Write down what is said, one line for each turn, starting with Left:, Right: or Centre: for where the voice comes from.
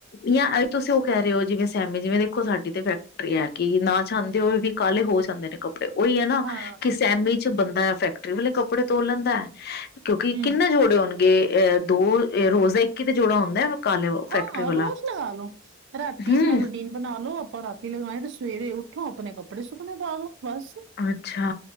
Left: ਜਾ ਇਹ ਵੀ ਤੁਸੀਂ ਉਹ ਕਹਿ ਰਹੇ ਹੋ ਜਿਵੇਂ ਜਿਵੇਂ ਜਿਵੇ ਦੇਖੋ ਸਾਡੀ ਤੇ ਫੈ ਫੈਕਟਰੀ ਆ ਕੀ ਨਾ ਚਾਹੁੰਦੇ ਹੋ ਵੀ ਕਾਲੇ ਹੋ ਜਾਂਦੇ ਨੇ ਕੱਪੜੇ। ਤੇ ਉਹੀ ਏ ਨਾ
Right: ਹਾਂ
Left: ਕਿ ਸੈਮੀ ਵਿੱਚ ਬੰਦਾ ਫੈਕਟਰੀ ਵਾਲੇ ਕੱਪੜੇ ਧੋ ਲੈਂਦਾ ਕਿਉਂਕਿ
Right: ਹਮ
Left: ਕਿੰਨੇ ਜੋੜੇ ਹੋਣਗੇ ਗੇ ਆ ਦੋ ਇਹ ਰੋਜ਼ਾ ਇੱਕ ਹੀ ਤੇ ਜੋੜਾ ਹੁੰਦਾ। ਕਾਲੇ ਫੈਕਟਰੀ
Right: ਹਾਂ ਰੋਜ਼
Left: ਵਾਲਾ
Right: ਲਗਾ ਲੋ, ਰਾਤੀ
Left: ਹੂੰ
Right: ਆਪਣਾ ਰੂਟੀਨ ਬਣਾ ਲੋ। ਆਪਾਂ ਰਾਤੀ ਲਗਾਉਣੀ ਤੇ ਸਵੇਰੇ ਉੱਠੋ ਆਪਣੇ ਕੱਪੜੇ ਸੁੱਕਣੇ ਪਾ ਦੋ। ਬਸ
Left: ਅੱਛਾ